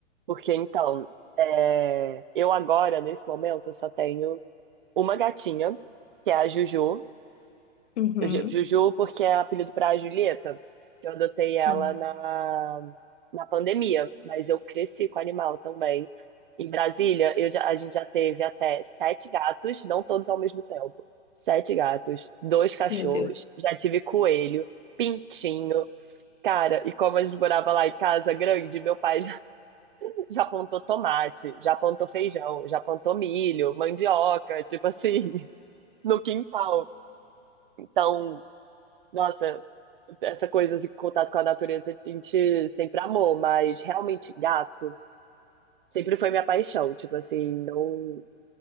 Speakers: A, on the right; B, on the left.
A: Porque então, é, eu agora, nesse momento, eu só tenho uma gatinha, que é a Juju.
B: Uhum.
A: Ju- Juju, porque é apelido para a Julieta, que eu adotei ela
B: Ah,
A: na, na pandemia, mas eu cresci com animal também. Em Brasília, eu já- a gente já teve até sete gatos, não todos ao mesmo tempo. Sete gatos, dois cachorros,
B: meu Deus.
A: já tive coelho, pintinho. Cara, e como a gente morava lá em casa grande, meu pai já plantou tomate, já plantou feijão, já plantou milho, mandioca, tipo assim, <laughs> no quintal. Então, nossa, essa coisa de contato com a natureza a gente sempre amou, mas realmente gato sempre foi minha paixão, tipo assim, não